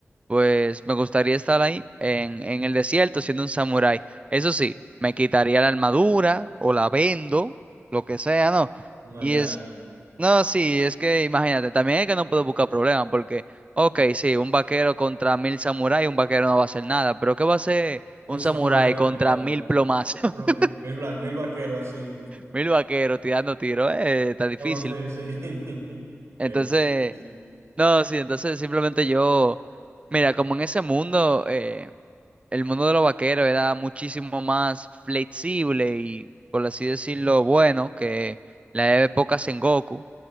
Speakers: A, on the right; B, on the right.
A: Pues me gustaría estar ahí en, en el desierto siendo un samurái. Eso sí, me quitaría la armadura o la vendo, lo que sea, ¿no?
B: No,
A: Y
B: ya,
A: es,
B: ya.
A: no, sí, es que imagínate, también es que no puedo buscar problemas porque, ok, sí, un vaquero contra mil samuráis, un vaquero no va a hacer nada, pero ¿qué va a hacer
B: Un
A: un
B: samurái
A: samurái
B: contra
A: contra mil plomazos?
B: ejemplo,
A: <laughs>
B: mil, mil va- mil vaqueros así.
A: Mil vaqueros tirando tiros, eh, está difícil.
B: No, sí, sí. <laughs> Es
A: Entonces,
B: difícil.
A: no, sí, entonces simplemente yo, mira, como en ese mundo... eh, el mundo de los vaqueros era muchísimo más flexible y, por así decirlo, bueno que la época Sengoku,